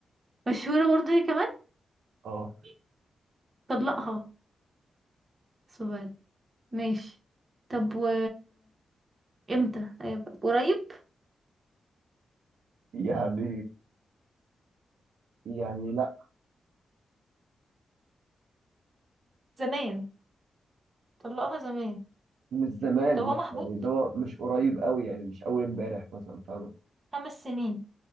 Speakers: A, on the right (about 40°); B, on the right (about 80°).
A: مشهورة برضه هي كمان
B: اه
A: طلقها سبحان ماشي طب و امتى أيوة، قريب
B: يعني يعني لا
A: زمان طلقها زمان
B: مش زمان
A: طب هو
B: لا
A: محبوب
B: يعني اللي هو مش قريب قوي يعني مش أول امبارح مثلا فاهم
A: خمس سنين